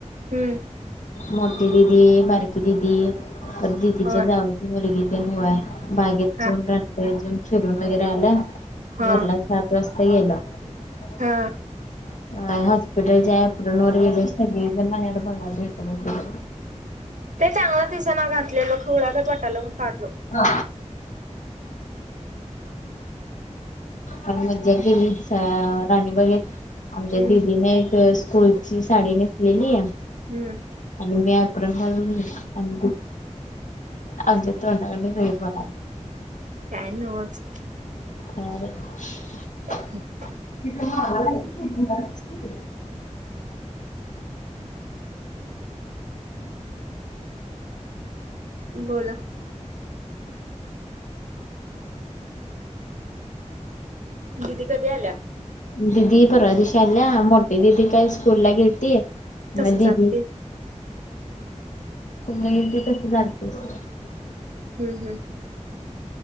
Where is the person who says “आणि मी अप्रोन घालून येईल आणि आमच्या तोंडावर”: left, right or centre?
Left